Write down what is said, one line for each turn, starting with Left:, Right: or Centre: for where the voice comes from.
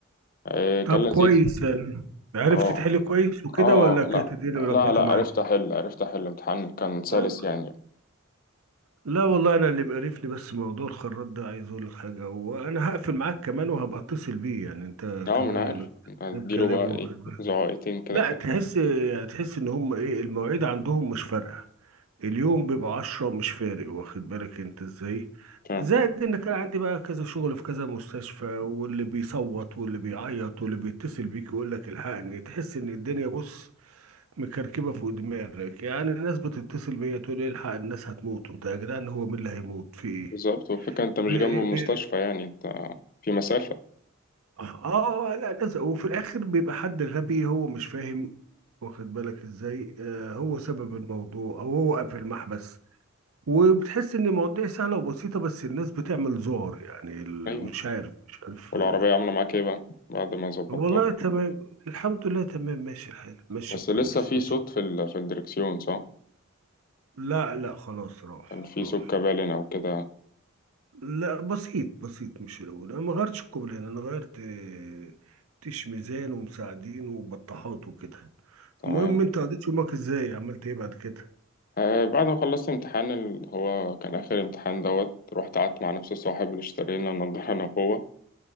Left: إيه
Right: طب
Left: كان لذيذ
Right: كويس يعني عرفت
Left: اه
Right: تحل كويس وكده
Left: اه
Right: ولا كانت
Left: اه لا
Right: الدنيا ملخبطه
Left: لا لا
Right: معاك
Left: عرفت احل عرفت احل امتحان كان سلس
Right: طيب
Left: يعني
Right: لا والله انا اللي مقرفني بس موضوع الخراط ده عايز اقول لك حاجه وانا هقفل معاك كمان وهبقى اتصل بيه يعني انت
Left: اه
Right: كمان
Left: ما انا عارف اديله
Right: جيب كلام
Left: بقى
Right: واخد
Left: ايه
Right: بالك
Left: زعائقتين كده
Right: لا تحس يعني تحس ان هم ايه المواعيد عندهم مش فارقه اليوم بيبقى عشرة مش فارق واخد بالك انت ازاي
Left: عشان-
Right: زائد ان كان عندي بقى كذا شغل في كذا مستشفى واللي بيصوت واللي بيعيط واللي بيتصل بيك يقول لك الحقني تحس ان الدنيا بص مكركبه فوق دماغك يعني الناس بتتصل بيا تقول لي الحق الناس هتموت وبتاع يا جدعان هو مين اللي هيموت في
Left: بالظبط والفكرة انت مش
Right: ايه
Left: جنب المستشفى
Right: ب- ب-
Left: يعني انت في مسافة
Right: اه لا ناس وفي الاخر بيبقى حد غبي هو مش فاهم واخد بالك ازاي آه هو سبب الموضوع او هو قافل المحبس وبتحس ان المواضيع سهله وبسيطه بس الناس بتعمل ذعر يعني ال-
Left: ايوه
Right: مش عارف مش عارف
Left: والعربية
Right: آه
Left: عاملة معاك ايه بقى بعد ما ظبطتها
Right: والله تمام الحمد لله تمام ماشي الحال ماشي
Left: بس
Right: كويس
Left: لسه في
Right: ماشي
Left: صوت في ال... في الدركسيون صح؟
Right: لا لا خلاص راح
Left: كان في
Right: راح
Left: سكة بالين أو كده
Right: لا بسيط بسيط مش الأول أنا ما غيرتش الكوبلين أنا غيرت آه، تيش ميزان ومساعدين وبطاحات وكده
Left: تمام
Right: المهم أنت قضيت يومك إزاي عملت إيه بعد كده؟
Left: آه بعد ما خلصت امتحان اللي هو كان آخر امتحان دوت رحت قعدت مع نفس الصاحب اللي اشتري لنا النضارة <laughs> أنا وهو